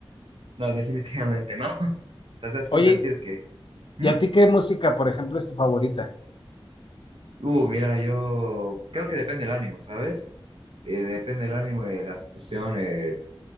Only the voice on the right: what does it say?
no, definitivamente no. <laughs> Te das
cuenta el tío que... ¿hmm?
Uh, mira, yo creo que depende el ánimo, ¿sabes? Eh, depende el ánimo de la situación. eh,